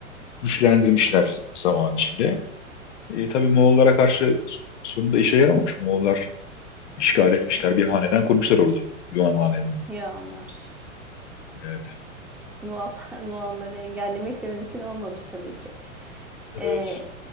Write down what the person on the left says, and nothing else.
güçlendirmişler zaman içinde. E, tabii Moğollara karşı sonunda işe yaramamış. Moğollar işgal etmişler, bir hanedan kurmuşlar orada. Yuan hanedanı.
Evet,
evet.